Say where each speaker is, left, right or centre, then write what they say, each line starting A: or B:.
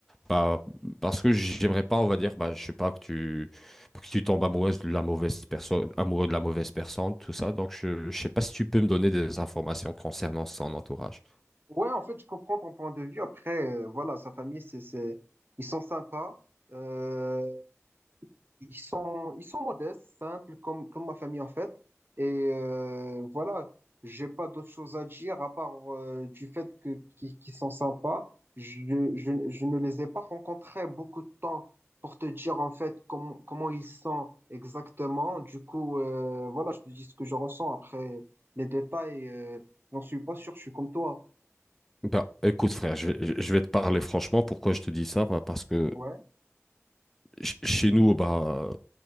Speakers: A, in the centre; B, on the right (about 45°).
A: Bah, parce que j'aimerais pas, on va dire, bah, je sais pas, que tu, que tu tombes amoureuse de la mauvaise personne, amoureux de la mauvaise personne, tout ça. Donc, je, je sais pas si tu peux me donner des informations concernant son entourage.
B: Ouais, en fait, je comprends ton point de vue. Après, euh, voilà, sa famille, c'est, c'est, ils sont sympas. Euh, Ils sont, ils sont modestes, simples, comme, comme ma famille en fait. Et euh, voilà, j'ai pas d'autre chose à dire à part euh, du fait que qu'ils qu'ils sont sympas. Je, je, je ne les ai pas rencontrés beaucoup de temps pour te dire en fait comment comment ils sont exactement. Du coup, euh, voilà, je te dis ce que je ressens. Après les détails, euh, j'en suis pas sûr, je suis comme toi.
A: Bah, écoute, frère, je vais, je vais te parler franchement. Pourquoi je te dis ça? Bah, parce que
B: Ouais,
A: ch- chez nous, bah,